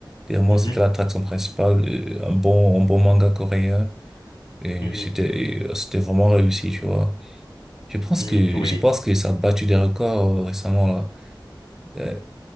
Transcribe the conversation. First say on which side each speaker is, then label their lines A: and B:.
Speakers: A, in the centre; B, on the left (about 70°).
A: Dernièrement,
B: Mhm,
A: c'était l'attraction principale, euh, un bon, un bon manga coréen. Et
B: mhm,
A: c'était, et euh, c'était vraiment réussi, tu vois. Je pense
B: mhm.
A: que,
B: Oui,
A: je pense que ça a battu des records euh, récemment, là. Euh,